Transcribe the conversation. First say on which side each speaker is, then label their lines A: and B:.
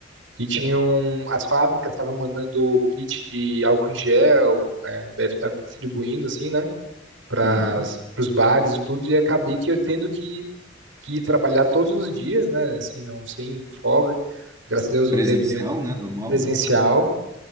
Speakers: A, on the right; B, on the right.
A: e tinham as fábricas estavam mandando kit de álcool em gel, é, deve estar distribuindo assim, né, para
B: Aham.
A: os bares e tudo. E acabei que eu tendo que que trabalhar todos os dias, né, assim, não sem folga. Graças a Deus não
B: Presencial,
A: teve nenhum
B: né, normal,
A: presencial.
B: né?